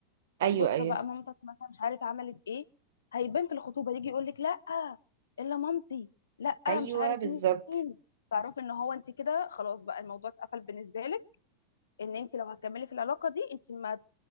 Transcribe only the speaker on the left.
بص
بقى مامتك مثلا مش عارف عملت ايه هيبان في الخطوبه يجي يقول لك لا الا مامتي لا
مش عارف
مين تعرفي ان هو انت كده خلاص بقى الموضوع اتقفل بالنسبه لك ان انت لو هتكملي في العلاقه دي انت ما